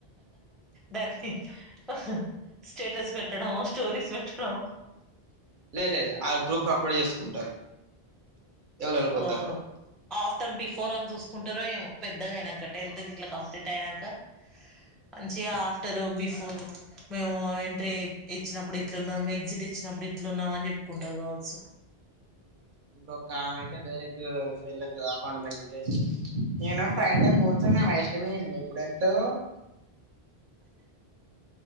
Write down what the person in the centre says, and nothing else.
దానితో హు స్టేటస్ పెట్టడం స్టోరీస్ పెట్టడం
ఆహా ఆఫ్టర్ బిఫోర్ అని చూసుకుంటారో ఏమో పెద్దగయిన్నాక టెన్త్ గిట్ల కంప్లీట్ అయిన్నాక మంచిగా ఆఫ్టరు బిఫోరు మేము ఎంట్రీ ఇచ్చినప్పుడు ఇట్లున్నాం ఎగ్జిట్ ఇచ్చినప్పుడు ఇట్లున్నాం అని చెప్పుకుంటార్ కావచ్చు